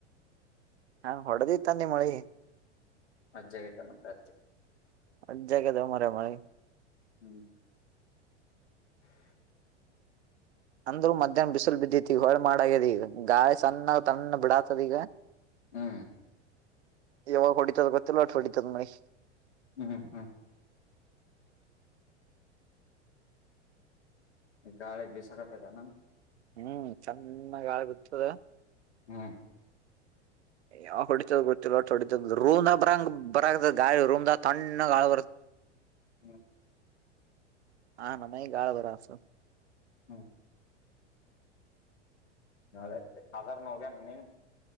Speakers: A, on the right; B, on the left.
A: ನಾ ಹೊಡೆದಿತ್ತ ನಿಮ್ಮಳಿ.
B: ಅಜ್ಜಗಿತ ಮಂಡತ್ಯ.
A: ವಜ್ಜಿ ಆಗ್ಯದ ಮಾರಾಯ ಮಳಿ.
B: ಹ್ಮ್. <inaudible>
A: ಅಂದ್ ಮಧ್ಯಾಹ್ನ ಬಿಸಿಲು ಬಿದ್ದೈತಿ ಈಗ ಹೊಳಿ ಮಾಡಆಗ್ಯದ ಈಗ ಗಾಳಿ ಸಣ್ಣ ತಣ್ಣ ಬಿಡಾತದ ಈಗ.
B: ಹ್ಮ್
A: ಎವಾಗ ಹೊಡಿತದ ಗೊತ್ತಿಲ್ಲ ಹೊಡಿತದ ಮಳಿ.
B: ಹ್ಮ್ ಹ್ಮ್ ಗಾಳಿ ಬಿಸಾಕತದನ.
A: ಹ್ಮ್ ತಣ್ಣಗ ಗಾಳಿ ಬಿಟ್ಟಾದ.
B: ಹ್ಮ.
A: ಯಾವ ಹೊಡಿತದ ಗೊತ್ತಿಲ್ಲ ಹೊ ಹೊಡಿತದ ರೂಮ್ದ ಬರಂಗ ಬರದ ಗಾಳಿ ರೂಮದ ತಣ್ಣ ಗಾಳಿ ಬರ್
B: ಹ್ಮ.
A: ಹ ನಮ್ಮ ಈ ಗಾಳಿ ಬರಾತದ.
B: ಹ್ಮ. ನಾಳಿ <unintelligible> ಹೋಗ್ಯಾನ ನಿನ್ನೀ.